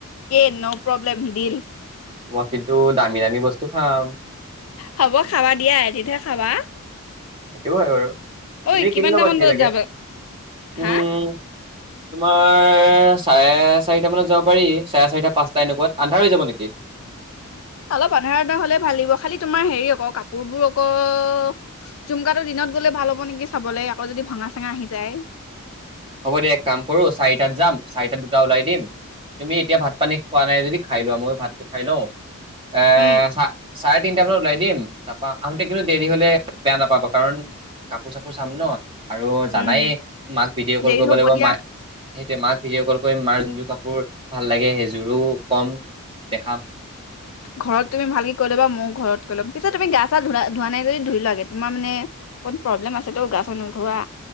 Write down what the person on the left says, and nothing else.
অকে নও' প্ৰব্লেম দিল।
হ'ব খাবা দিয়া এদিনহে খাবা।
ঐ কিমানটামান
বজাত
যাবা
হা,
অলপ আন্ধাৰ আন্ধাৰ হলে ভাল দিব খালি তোমাৰ হেৰি আকৌ কাপোৰবোৰ আকৌ ঝুমকাটো দিনত গ'লে ভাল হ'ব নেকি চাবলৈ আকৌ যদি ভঙা চাঙা আহি যায়।
উম
উম
দেৰি
হ'ব
দিয়া
ঘৰত তুমি ভালকে কৈ ল'বা মইও ঘৰত কৈ ল'ম পিছে তুমি গা চা ধুলা নাই যদি ধুই লোৱাগে তোমাৰ মানে অকমান প্ৰব্লেম আছে গা চা নোধোৱা